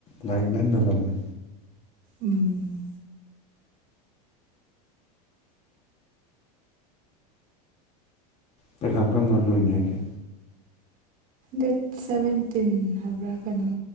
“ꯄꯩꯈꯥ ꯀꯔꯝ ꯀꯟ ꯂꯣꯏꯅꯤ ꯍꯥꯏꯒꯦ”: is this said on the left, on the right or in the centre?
Left